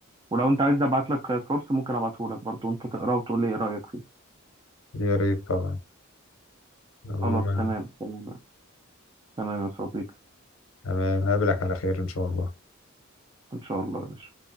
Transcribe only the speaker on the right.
ولو انت عايز ابعت لك سورس ممكن ابعته لك برضه انت تقراه وتقول لي ايه رأيك فيه
خلاص تمام تمام تمام يا صديقي
ان شاء الله يا باشا